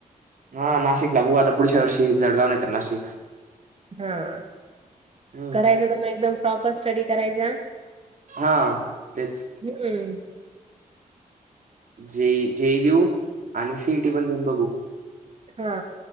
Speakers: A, on the right (about 65°); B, on the right (about 45°).
A: हा नाशिकला बघ आता पुढच्या वर्षी जळगाव नाही तर नाशिक
B: हा
A: हम्म
B: करायचं तर मग एकदम प्रॉपर स्टडी करायचा
A: हा तेच.
B: हम्म
A: जे जेई देऊ आणि सिईटी पण देऊन बघू
B: हा